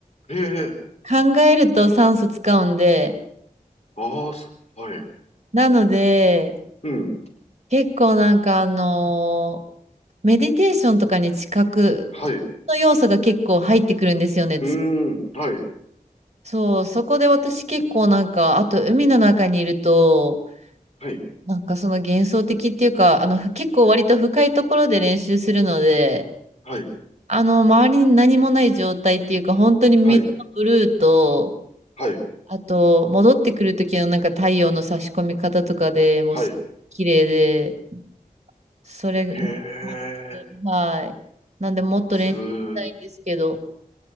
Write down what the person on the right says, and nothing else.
考えると酸素使うんで。
なので、
結構なんかあの、メディテーションとかに近く
の要素が結構入ってくるんですよね。
つ
そう、そこで私結構なんか、あと海の中にいると、
なんかその幻想的っていうか、あの、結構割と深いところで練習するので、
あの、周りに何もない状態っていうか、本当に水のブルーと、
あと、戻ってくる時のなんか太陽の差し込み方とかでもうす綺麗で、
それにハマって、
はい。なんでもっと練習したいんですけど、